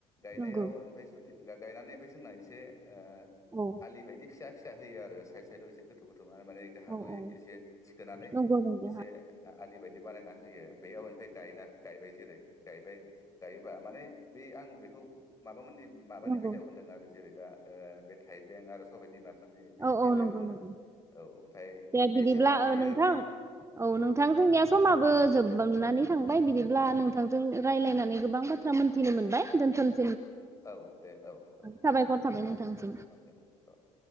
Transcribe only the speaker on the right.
नंगौ
औ
औ औ
नंगौ नंगौ
हा
नंगौ
औ औ
नंगौ
नंगौ
दे
बिदिब्ला
ओ
नोंथां
औ नोंथां जोंनिया समाबो जोबबांनानै थांबाय बिदिब्ला नोंथांजों रायलायनानै गोबां बाथ्रा मोन्थिनो मोनबाय दोनथनो'
साबायखर थाबाय नोंथांसिम